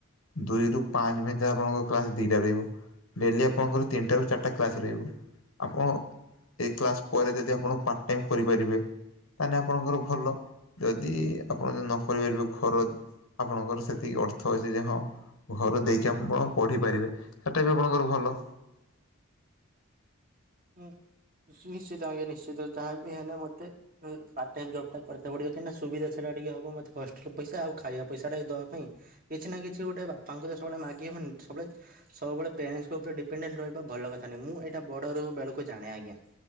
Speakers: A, on the left; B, on the right.
A: ଦୁଇ ରୁ ପାଞ୍ଚେ ଭିତରେ ଆପଣଙ୍କ କ୍ଲାସ୍ ଦିଟା ରହିବ। ଡେଲି ଆପଣଙ୍କର ତିନିଟା ରୁ ଚାରିଟା କ୍ଲାସ୍ ରହିବ ଆପଣ ଏ କ୍ଲାସ ପରେ ଯଦି ଆପଣ ପାର୍ଟ ଟାଇମ୍ କରିପାରିବେ। ତାହେଲେ ଆପଣଙ୍କର ଭଲ ଯଦି ଆପଣ ଯଦି ନ କରିପାରିବେ ଘର ଆପଣଙ୍କର ସେତିକି ଅର୍ଥ ଅଛି ଯେ ହଁ। ଘର ଦେଇକି ଆମ ପଢିପାରିବେ ସେଟା ବି ଆପଣଙ୍କର ଭଲ।
B: ହୁଁ ନିଶ୍ଚିତ ଆଜ୍ଞା ନିଶ୍ଚିତ ଯାହା ବି ହେଲେ ମତେ। ପାଟ୍ ଟାଇମ୍ ଜବ୍ ଟା କରିତେ ପଡିବ କି ନା ସୁବିଧା ସେଟା ଟିକେ ହବ ମତେ ହଷ୍ଟେଲ ପଇସ ଆଉ ଖାଇବା ପଇସା ଟା ଦେବା ପାଇଁ। କିଛି ନା କିଛି ଗୋଟେ ବାପାଙ୍କୁ ତ ସବୁବେଳେ ମାଗିହବନି ସବୁବେଳେ। ସବୁବେଳେ ପ୍ୟାରେଣ୍ଟସ୍ଙ୍ ଉପରେ ଡିପେଣ୍ଡାଣ୍ଟ ରହିବା ଭଲ କଥା ନାହିଁ ମୁଁ ଏଇଟା ବଡ଼ରୁ ବେଳକୁ ଜାଣେ ଆଜ୍ଞା।